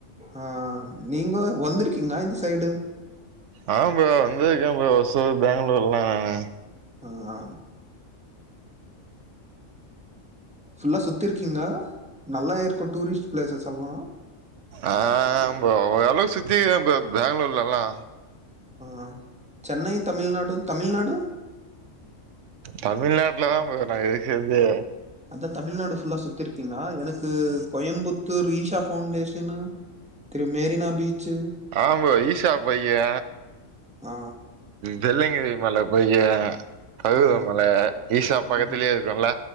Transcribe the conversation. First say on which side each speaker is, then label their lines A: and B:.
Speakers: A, in the centre; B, on the right.
A: ஆ நீங்க வந்திருக்கீங்ளா இந்த சைடு
B: ஆ ப்ரோ வந்திருக்க ப்ரோ ஒசூர் பேங்ளூர்ல்லா நானு
A: அ ஆ ஃபுல்லா சுத்திருக்கீங்ளா நல்லா இருக்கும் டூரிஸ்ட் பிளேஸஸ் எல்லா
B: ஆ ஃப்ரோ ஓரளவுக்கு சுத்திரிக்கே ஃப்ரோ பேங்களூர்லல்லா
A: ஆ சென்னை தமிழ்நாடு தமிழ்நாடு
B: தமிழ்நாட்ல தா ஃப்ரோ நா இருக்கறதே
A: அதா தமிழ்நாடு ஃபுல்லா சுத்திருக்கீங்ளா எனக் இது கோயம்புத்தூர் ஈஷா ஃபவுண்டேஷன்னு த்ரு மெரினா பீச்சு
B: ஆம் ஃப்ரோ ஈஷா போயிகிற
A: ஆ
B: வெள்ளிங்கிறி மல போயிக்கியா பருவத
A: ஆ
B: மல ஈஷா பக்கத்திலே
A: ம்
B: இருக்குல